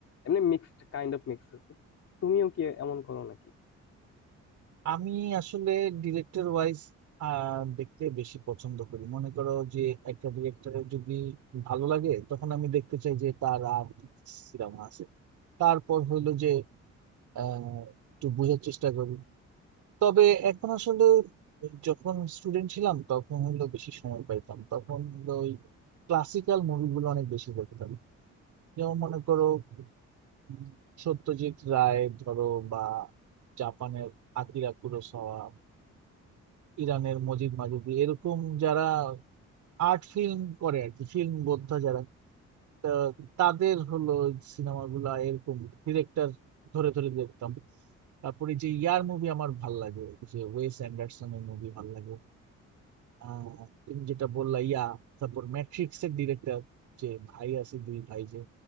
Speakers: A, on the left; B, on the right.
A: এমনি মিক্সড কাইন্ড অফ মিক্সড তো তুমিও কি এমন করো নাকি
B: আমি আসলে ডিরেক্টর ওয়াইজ দেখতে বেশি পছন্দ করি মনে করো যে একটা ডিরেক্টরের যদি ভালো লাগে তখন আমি দেখতে চাই যে তার আর কি সিনেমা আছে তারপর হইলো যে আহ, একটু বোঝার চেষ্টা করি তবে এখন আসলে যখন স্টুডেন্ট ছিলাম তখন হইলো বেশি সময় পাইতাম তখন হইলো ওই ক্লাসিক্যাল মুভিগুলো অনেক বেশি দেখতাম যেমন মনে করো উম, সত্যজিৎ রায় ধরো বা জাপানের আকিরা কুরোসাওয়া ইরানের মজিদ মাজিদি এরকম যারা আর্ট ফিল্ম করে আর কি ফিল্ম বোদ্ধা যারা তা তাদের হলো সিনেমাগুলা এরকম ডিরেক্টর ধরে ধরে দেখতাম তারপরে যে ইয়ার মুভি আমার ভাল লাগে যে ওয়েস অ্যান্ডারসনের মুভি ভাল লাগে আহ, তুমি যেটা বললা ইয়া তারপর ম্যাট্রিক্স এর ডিরেক্টর যে ভাই আছে দুই ভাই যে